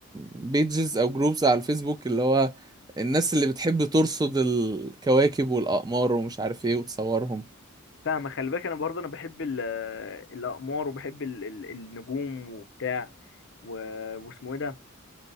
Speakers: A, on the right; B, on the left.
A: بيجز أو جروبز على الفيسبوك اللي هو الناس اللي بتحب ترصد الكواكب والأقمار ومش عارف إيه وتصورهم
B: فاهمة خلي بالك انا برضه انا بحب ال- الاقمار وبحب ال- ال- النجوم وبتاع و... واسمه ايه ده